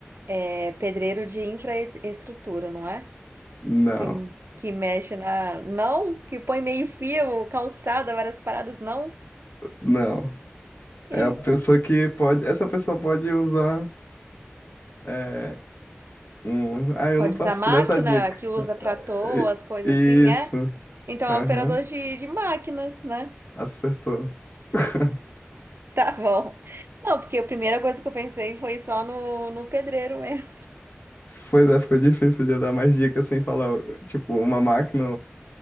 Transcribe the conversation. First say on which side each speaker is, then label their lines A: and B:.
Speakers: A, on the right (about 70°); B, on the left (about 55°).
A: é pedreiro de infraestrutura, não é?
B: Não,
A: que, que mexe na. Não, que põe meio-fio, calçada, várias paradas, não.
B: não.
A: E
B: É a pessoa que pode. Essa pessoa pode usar. eh, Hum, ah, eu
A: pode
B: não posso
A: usar máquina,
B: te dar essa dica.
A: que usa
B: É,
A: trator,
B: I-
A: as coisas assim,
B: Isso.
A: é? Então
B: Aham,
A: é um operador de, de máquinas, né? <laughs>
B: acertou. <laughs>
A: Tá bom. Não, porque a primeira coisa que eu pensei foi só no, no pedreiro mesmo.
B: Pois é, ficou difícil de eu dar mais dicas sem falar, tipo, uma máquina,